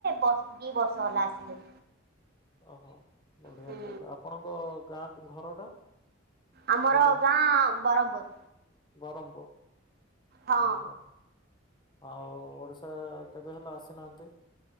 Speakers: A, on the right (about 50°); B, on the left (about 25°).
A: ବ ଦି ବର୍ଷ ହେଲା ଆସିଲୁ।
B: ଓହୋ ବଢିଆ
A: ହୁଁ
B: ହଲେ ଆପଣଙ୍କ ଗାଁ ଘର ଟା।
A: ଆମର
B: ଗଞ୍ଜାମ
A: ଗାଁ ବ୍ରହମପୁର
B: ବ୍ରହ୍ମପୁର
A: ହଁ।
B: ଓହୋ ଆଉ ଓଡ଼ିଶା କେବେ ହେଲେ ଆସିନାହାନ୍ତି।